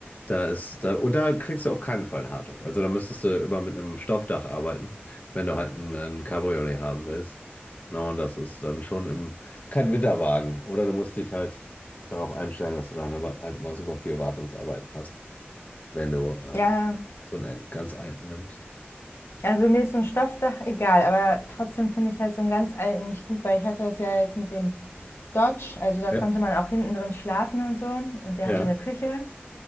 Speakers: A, on the left; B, on the left.
A: Da ist, da, und da kriegst du auf keinen Fall einen Hardtop. Also da müsstest du immer mit einem Stoffdach arbeiten, wenn du halt ein, ein Cabriolet haben willst. Na, und das ist dann schon im, kein Winterwagen. Oder du musst dich halt darauf einstellen, dass du dann immer, halt immer super viel Wartungsarbeiten hast. wenn du ähm,
B: ja,
A: so einen ganz alten nimmst.
B: also mir ist so ein Stoffdach egal, aber trotzdem finde ich halt so einen ganz alten nicht gut, weil ich hatte das ja jetzt mit dem Dodge, also da
A: Ja,
B: konnte man auch hinten drin schlafen und so und der
A: ja,
B: hatte eine Küche.